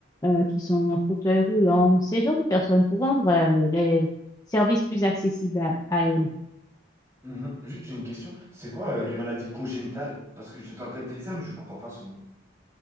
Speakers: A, on the left; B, on the right.
A: euh, qui sont en fauteuil roulant, ces genres de personnes pour rendre euh, les services plus accessibles à, à elles.
B: Mhm. Juste une question. C'est quoi euh, les maladies congénitales? Parce que je t'entends dire ça, mais je comprends pas ce mot.